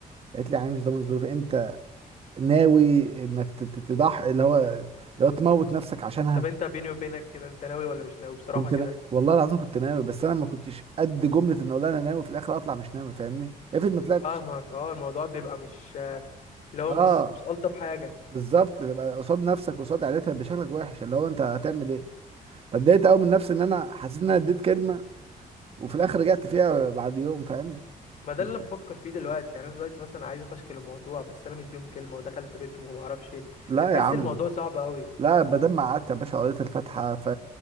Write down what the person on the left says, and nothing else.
طب انت بيني وبينك كده انت ناوي ولا مش ناوي بصراحه
كده
فاهمك اه الموضوع بيبقى مش اللي هو
مش مش الطف حاجه
ما ده
اللي انا بفكر فيه دلوقتي يعني انا دلوقتي مثلا عايز افشكل الموضوع بس انا مديهم كلمه ودخلت بيتهم وما اعرفش ايه
فتحس
الموضوع صعب قوي